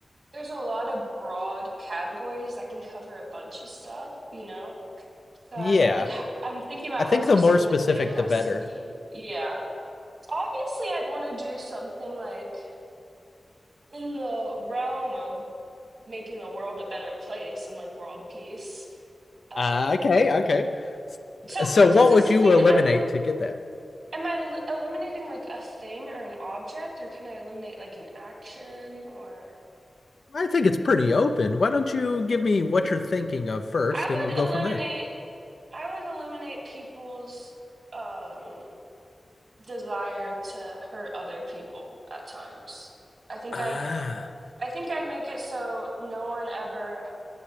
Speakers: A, on the right; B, on the left.
A: there's a lot of broad categories that can cover a bunch of stuff, you know? So
B: Yeah,
A: I'm like, h- I'm thinking about
B: I think
A: how specific
B: the more specific,
A: the thing has
B: the better.
A: to be. Yeah. Obviously, I'd want to do something like in the realm of making the world a better place and like world peace. Um,
B: Uh, okay, okay.
A: so
B: So what
A: d does
B: would you
A: the thing
B: eliminate
A: I'm
B: to get that?
A: am I l eliminating like a thing or an object, or can I eliminate like an action or?
B: I think it's pretty open. Why don't you give me what
A: hmm.
B: you're thinking of first,
A: I would
B: and we'll go
A: eliminate
B: from there.
A: I would eliminate people's um desire to hurt other people at times. I think
B: Ah,
A: I'd I think I'd make it so no one ever